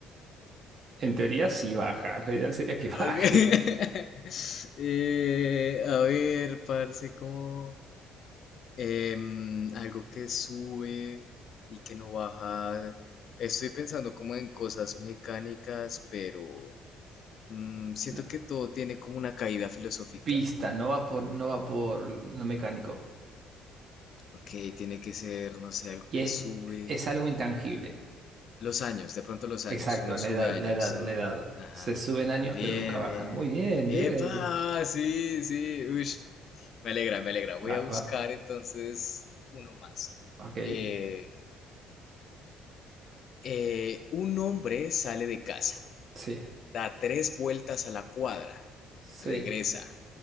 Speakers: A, on the right; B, on the left.
A: En teoría sí baja. Lo ideal sería que baje.
B: Ok. <laughs>
A: <laughs>
B: Eh, a ver, parce, ¿cómo? Em, algo que sube y que no baja. Estoy pensando como en cosas mecánicas, pero mm, siento
A: No,
B: que todo tiene como una caída filosófica.
A: Pista, no va por, no va por lo mecánico.
B: Ok, tiene que ser, no sé, algo
A: Y
B: que
A: es,
B: sube.
A: es algo intangible.
B: Los años, de pronto los años,
A: Exacto,
B: uno
A: la
B: sube
A: edad,
B: años,
A: la edad,
B: ¿no?
A: la edad.
B: Ajá.
A: Se suben años,
B: Bien,
A: pero nunca bajan.
B: bien.
A: Muy bien,
B: ¡Epa!
A: bien ahí.
B: Sí, sí. ush, Me alegra, me alegra. Voy
A: <laughs> Va,
B: a buscar
A: va.
B: entonces uno más.
A: Ok.
B: Eh, Eh, un hombre sale de casa,
A: Sí,
B: da tres vueltas a la cuadra,
A: sí,
B: regresa.